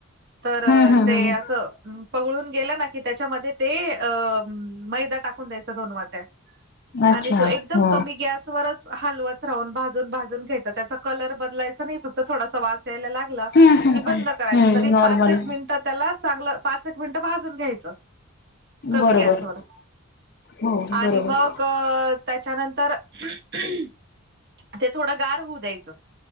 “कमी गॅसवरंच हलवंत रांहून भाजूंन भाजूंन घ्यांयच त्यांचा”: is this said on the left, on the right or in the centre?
Right